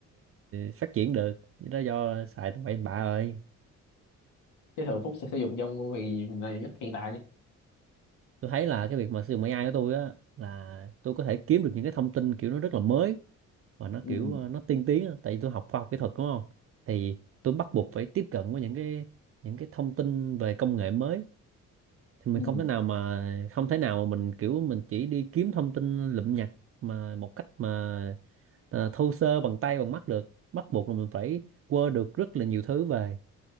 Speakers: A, on the right (about 50°); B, on the left (about 80°).
A: phát triển được đó do xài tụi bậy bạ rồi
B: cái thường Phúc sẽ sử dụng trong vì là nhất hiện tại đi
A: tôi thấy là cái việc mà sử dụng AI của tôi á là tôi có thể kiếm được những cái thông tin kiểu nó rất là mới và nó
B: ừ,
A: kiểu ờ, nó tiên tiến á. tại vì tôi học khoa học kỹ thuật đúng không thì tôi bắt buộc phải tiếp cận với những cái những cái thông tin về công nghệ mới thì
B: ừ,
A: mình không thể nào mà không thể nào mà mình kiểu mình chỉ đi kiếm thông tin lụm nhặt mà một cách mà ờ, thô sơ bằng tay bằng mắt được bắt buộc là mình phải quơ được rất là nhiều thứ về